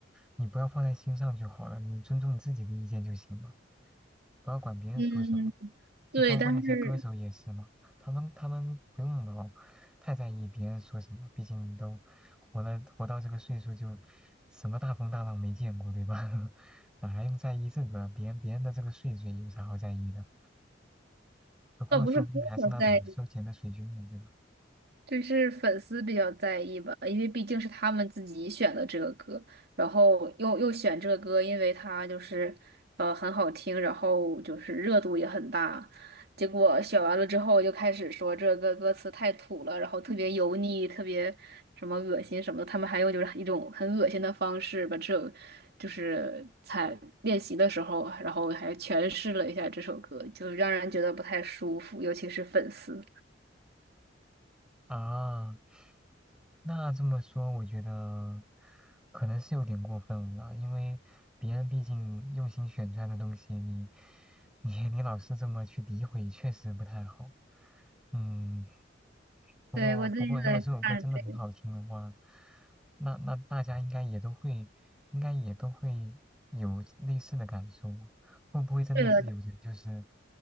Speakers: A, in the centre; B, on the right.
A: 你不要放在心上就好了，你尊重你自己的意见就行了。不要管别人说什么，
B: 嗯，
A: 就包括那些歌手也是嘛，
B: 对，但是
A: 他们他们不用老太在意别人说什么，毕竟都活了活到这个岁数就什么大风大浪没见过，对吧？<laughs> 哪还用在意这个啊？别人别人的这个岁数有啥好在意的？何况说不定还是那种收钱的水军呢，
B: 倒不是歌手在
A: 对吧？
B: 就是粉丝比较在意吧，因为毕竟是他们自己选的这个歌，然后又又选这个歌，因为它就是呃很好听，然后就是热度也很大。结果选完了之后，就开始说这个歌词太土了，然后特别油腻，特别什么恶心什么的。他们还用就是一种很恶心的方式把这首就是在练习的时候，然后还诠释了一下这首歌，就让人觉得不太舒服，尤其是粉丝。
A: 啊，那这么说，我觉得可能是有点过分了，因为别人毕竟用心选出来的东西，你你你老是这么去诋毁，确实不太好。嗯，不过不过，
B: 对，我最近在看这。
A: 如果这首歌真的很好听的话，那那大家应该也都会，应该也都会有类似的感受，会不会真的是有人就是
B: 这个 <laughs>